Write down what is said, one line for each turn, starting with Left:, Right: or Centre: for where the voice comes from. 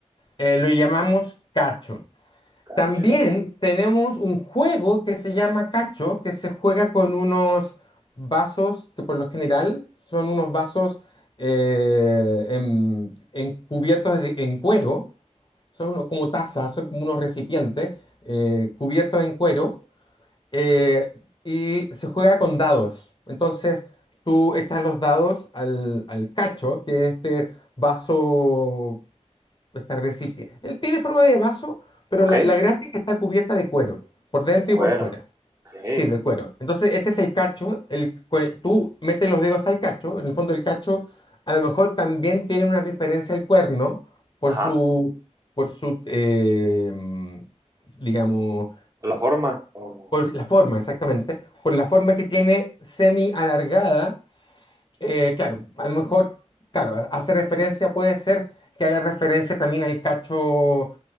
Left: eh, lo llamamos cacho.
Right: Cacho.
Left: También tenemos un juego que se llama cacho, que se juega con unos vasos que por lo general son unos vasos eh, en, en cubiertos de- en cuero, son uno- como tazas, son como unos recipientes eh, cubiertos en cuero eh, y se juega con dados. Entonces tú echas los dados al, al cacho, que es este vaso Está recipiente. Él tiene forma de vaso, pero
Right: Ok,
Left: la,
Right: de
Left: la gracia es que está cubierta de cuero, por dentro
Right: cuerno.
Left: y por fuera.
Right: Ok.
Left: Sí, de cuero. Entonces, este es el cacho. El, cue- tú metes los dedos al cacho. En el fondo, el cacho a lo mejor también tiene una referencia al cuerno por
Right: Ajá.
Left: su, por su, eh, digamos,
Right: La forma. Ok.
Left: por la forma, exactamente. Por la forma que tiene semi alargada eh, claro, a lo mejor, claro, hace referencia, puede ser que haga referencia también al cacho